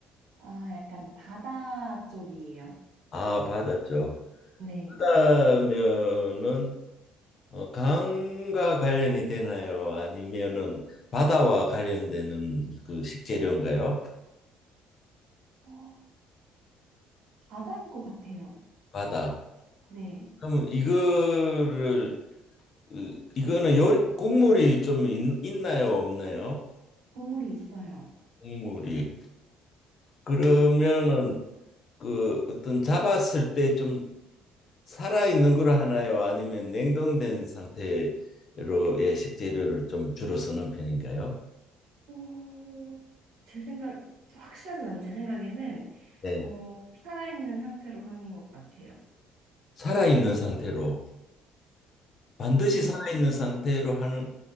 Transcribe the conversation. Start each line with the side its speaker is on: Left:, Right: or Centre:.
Right: 아, 약간 바다 쪽이에요.
Left: 아, 받았죠.
Right: 네.
Left: 그러면은 어, 강과 관련이 되나요? 아니면은 바다와 관련되는 그 식재료인가요?
Right: 어, 바다인 것 같아요.
Left: 바다.
Right: 네.
Left: 그럼 이거를 으, 이거는 요 국물이 좀 있, 있나요? 없나요?
Right: 국물이 있어요.
Left: 국물이. 그러면은 그 어떤 잡았을 때좀 살아 있는 걸 하나요? 아니면 냉동된 상태로의 식재료를 좀 주로 쓰는 편인가요?
Right: 오, 제 생각, 확실하진 않은데 제 생각에는
Left: 네.
Right: 어, 살아있는 상태로 하는 것 같아요.
Left: 살아 있는 상태로 반드시
Right: 네,
Left: 살아 있는 상태로 하는